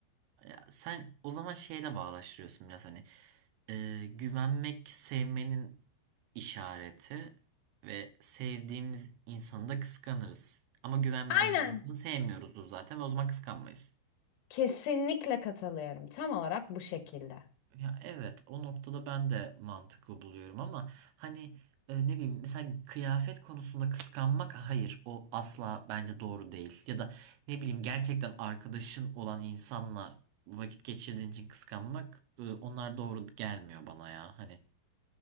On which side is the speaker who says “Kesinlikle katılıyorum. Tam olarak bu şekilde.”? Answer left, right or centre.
Left